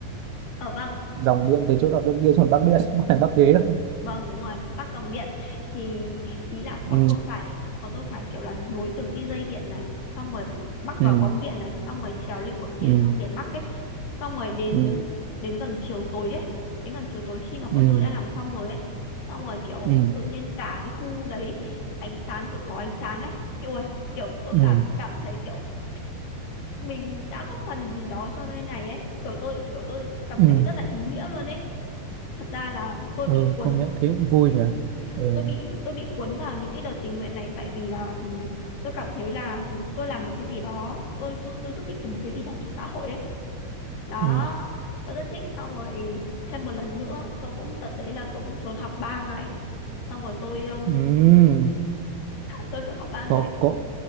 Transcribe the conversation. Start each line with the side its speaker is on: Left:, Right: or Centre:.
Left: ở vâng
Right: dòng điện từ chỗ đó bên kia xuống bắc điện <laughs> không phải bắc ghế đâu
Left: Vâng đúng rồi, Bắc Dòng Điện thì ý là bọn
Right: ừ
Left: tôi phải bọn tôi phải kiểu là nối từng cái dây điện này, xong rồi mắc
Right: ừ
Left: vào bóng điện này, xong rồi trèo lên cột điện
Right: ừ
Left: xong để mắc ấy. Xong rồi đến
Right: ừ
Left: đến gần chiều tối ấy, đến gần chiều tối khi mà bọn
Right: ừ
Left: tôi đã làm xong rồi ấy, xong rồi kiểu
Right: ừ
Left: tự nhiên cả cái khu đấy ánh sáng kiểu có ánh sáng ấy. Ui, kiểu tôi
Right: ừ
Left: cảm cảm thấy kiểu mình đã góp phần gì đó cho nơi này ấy, kiểu tôi kiểu tôi cảm
Right: ừ,
Left: thấy rất là ý nghĩa luôn ấy. Thật ra là tôi
Right: ừ
Left: bị cuốn
Right: công nhận thấy cũng vui
Left: ừ,
Right: nhỉ ừ,
Left: tôi bị tôi bị cuốn vào những cái đợt tình nguyện này tại vì là ừm, tôi cảm thấy là tôi làm được cái gì đó tôi tôi, tôi giúp ích được một cái gì đó cho xã hội ấy đó
Right: ừ,
Left: tôi rất thích xong rồi thêm một lần nữa tôi cũng đợt đấy là tôi cũng trốn học ba ngày xong rồi tôi ừm,
Right: ừ.
Left: tôi trốn học ba ngày
Right: có có